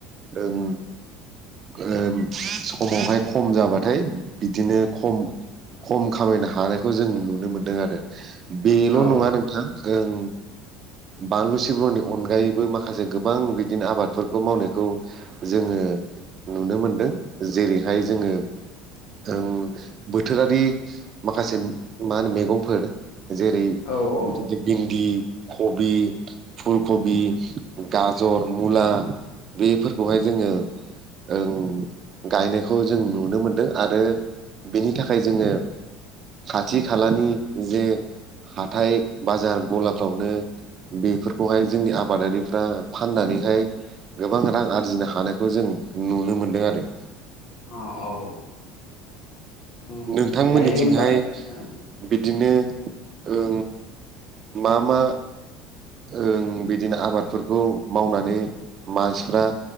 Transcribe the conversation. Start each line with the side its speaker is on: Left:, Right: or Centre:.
Right: उम समावहाय खम जाबाथाय बिदिनो खम खम खामायनो हानायखौ जों नुनो मोनदों आरो बेल'
Left: औ
Right: नङा नोंथां ओं बानलु सिब्रहनि अनगायैबो माखासे गोबां बिदिनो आबादफोरखौ मावनायखौ जोङो नुनो मोनदों जेरैहाय जोङो ओ बोथोरारि माखासे मा होनो मैगंफोर जेरै
Left: औ औ
Right: बिदिनो भिन्दि कबि फुलखबि गाजर मुला बेफोरखौहाय जोङो ओं गायनायखौ जों नुनो मोनदों आरो बेनि थाखाय जोङो खाथि खालानि जे हाथाय बाजार गलाफ्रावनो बेफोरखौहाय जोंनि आबादारिफ्रा फाननानैहाय गोबां रां आरजिनो हानायखौ जों नुनो मोनदों आरो।
Left: अ औ उम
Right: नोंथांमोननिथिंहाय
Left: दायो होमबा हो
Right: बिदिनो ओ मा मा? ओं बिदिनो आबादफोरखौ मावनानै मानसिफ्रा